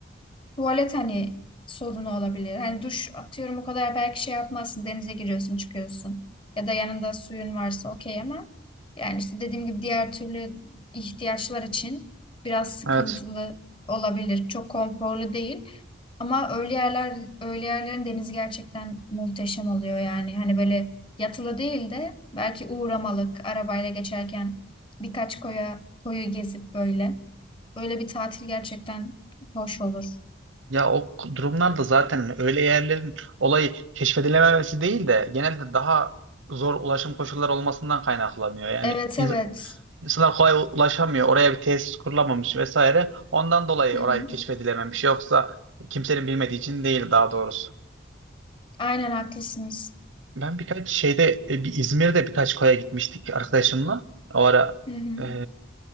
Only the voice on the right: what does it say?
evet.
Ya o k- durumlarda zaten öyle yerlerin olayı keşfedilememesi değil de genelde daha zor ulaşım koşulları olmasından kaynaklanıyor. Yani
ins-
İnsanlar kolay ulaşamıyor. Oraya bir tesis kurulamamış vesaire. Ondan dolayı
orayı keşfedilememiş. Yoksa kimsenin bilmediği için değil daha doğrusu.
Ben birkaç şeyde e, bir İzmir'de birkaç koya gitmiştik arkadaşımla. O ara
e,